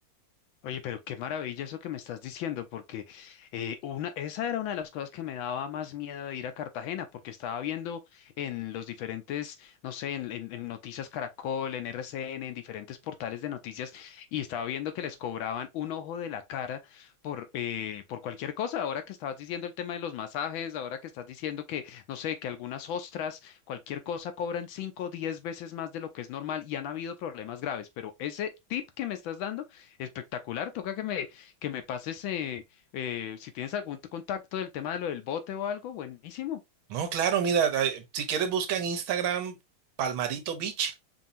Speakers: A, on the left; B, on the right.
A: Oye, pero qué maravilla eso que me estás diciendo, porque eh, una, esa era una de las cosas que me daba más miedo de ir a Cartagena, porque estaba viendo en los diferentes, no sé, en, en- en Noticias Caracol, en RCN, en diferentes portales de noticias, y estaba viendo que les cobraban un ojo de la cara por, eh, por cualquier cosa. Ahora que estabas diciendo el tema de los masajes, ahora que estás diciendo que, no sé, que algunas ostras, cualquier cosa cobran cinco o diez veces más de lo que es normal, y han habido problemas graves, pero ese tip que me estás dando Espectacular, toca que me, que me pases, eh, eh, si tienes algún t- contacto del tema de lo del bote o algo, buenísimo.
B: No, claro, mira, eh, si quieres busca en Instagram Palmarito Beach